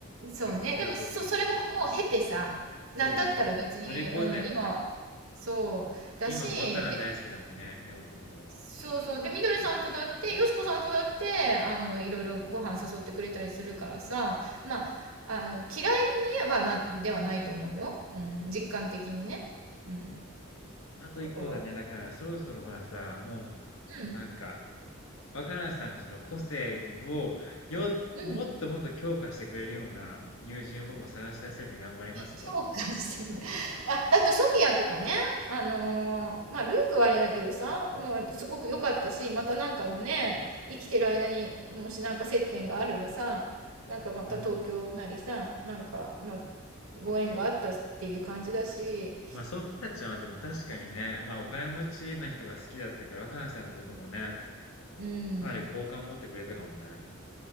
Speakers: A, on the right; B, on the left.
A: ん。そうね。
B: 訴えるぞっていう。
A: でも、そ、それももう経てさ、
B: そうね。
A: なんだったら別に、
B: 乗り越えたよね。
A: うん、今、そう、だし、
B: 今も若菜大好きだもんね、
A: 別
B: りょうくんも。
A: そうそう。で、みどりさんとだって、よしこさんとだって、あの、いろいろご飯誘ってくれたりするからさ、まあ、あの、嫌いにはな、ではないと思うよ。うん、実感的にね。うん。
B: あと一歩だね。
A: だから、
B: だから、そろそろほらさ、も
A: うん、
B: う、なんか、若菜さんのその個性を、よ、
A: うん。
B: もっともっと強化してくれるような友人を僕も探し出せるように頑張りますわ。
A: 強化してくれ <laughs> あだとソフィアとかねあのーまあルークはあれだけどさ、もうすごく良かったしまたなんかのね生きてる間にもしなんか接点があればさなんかまた東京なりさなんか、
B: うんうん。
A: まあ、ご縁があったっていう感じだし
B: まあ、ソフィアちゃんはでも確かにね、まあ、お金持ちな人が好きだったから、若菜さんのこともね、
A: うん
B: かなり好感を持ってくれたかもね。